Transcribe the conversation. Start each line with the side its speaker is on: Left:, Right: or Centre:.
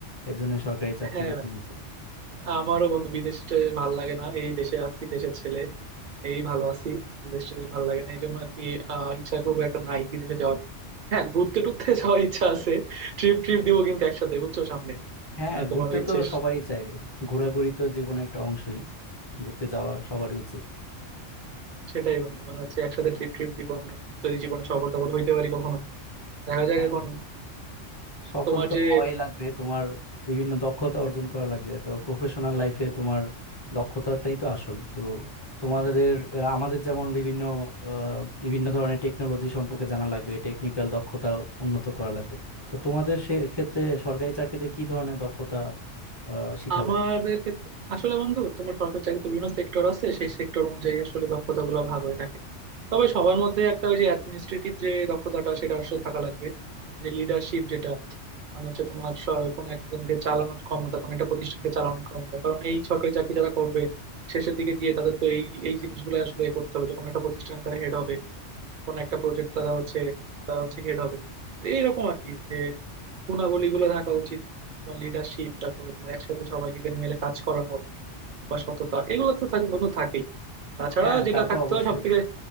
Left: এজন্য সরকারি চাকরি
Right: হ্যাঁ
Left: বেছে নিয়েছি
Right: আমারও বন্ধু বিদেশে ভাল লাগে না এই দেশে আছি দেশের ছেলে এই ভালো আছি বিদেশে ভাল লাগে না এই জন্য আর কি আহ, ইচ্ছা খুব একটা নাই বিদেশে যাওয়ার হ্যাঁ ঘুরতে টুরতে <laughs> যাওয়ার ইচ্ছা আছে ট্রিপ ট্রিপ দিব কিন্তু একসাথে বুঝছো সামনে
Left: হ্যাঁ
Right: মানে তোমার
Left: ঘুরতে
Right: ইচ্ছে
Left: তো সবাই চায় ঘোরাঘুরি তো জীবনের একটা অংশই ঘুরতে যাওয়ার সবারই উচিত
Right: সেটাই বন্ধু মানে হচ্ছে একসাথে ট্রিপ ট্রিপ দিব আমরা যদি জীবনে সফল টফল হইতে পারি কখনো দেখা যাক
Left: হ্যাঁ
Right: এখন
Left: সফল
Right: তোমার
Left: তো
Right: যে
Left: হওয়াই লাগবে তোমার বিভিন্ন দক্ষতা অর্জন করা লাগবে তো প্রফেশনাল লাইফে তোমার দক্ষতাটাই তো আসল তো তোমাদের আহ, আমাদের যেমন বিভিন্ন আহ, বিভিন্ন ধরনের টেকনোলজি সম্পর্কে জানা লাগবে টেকনিক্যাল দক্ষতা উন্নত করা লাগবে তো তোমাদের সে ক্ষেত্রে সরকারি চাকরিতে কি ধরনের দক্ষতা আহ, শিখা
Right: আমাদের
Left: লাগে
Right: ক্ষেত্রে আসলে বন্ধু তোমার সরকারি চাকরিতে বিভিন্ন সেক্টর আছে সেই সেক্টর অনুযায়ী আসলে দক্ষতা গুলো ভাগ হয়ে থাকে তবে সবার মধ্যে একটা ওই যে অ্যাডমিনিস্ট্রেটিভ যে দক্ষতাটা সেটা আসলে থাকা লাগবে যে লিডারশিপ যেটা মানে হচ্ছে তোমার স- কোনো একজনকে চালানোর ক্ষমতা কোনো একটা প্রতিষ্ঠানকে চালানোর ক্ষমতা কারণ এই সরকারি চাকরি যারা করবে শেষের দিকে গিয়ে তাদের তো এই এই জিনিসগুলো আসলে করতে হবে যখন একটা প্রতিষ্ঠানে তারা হেড হবে কোন একটা প্রজেক্ট তারা হচ্ছে তারা হচ্ছে হেড হবে তো এইরকম আর কি যে গুণাবলী গুলো থাকা উচিত তোমার লিডারশিপ তারপরে তোমার একসাথে সবাইকে মিলে কাজ করানো বা সততা এগুলো তো থাকে বন্ধু থাকেই তাছাড়া
Left: হ্যাঁ
Right: যেটা
Left: তা তো
Right: থাকতে
Left: অবশ্যই
Right: হয় সব থেকে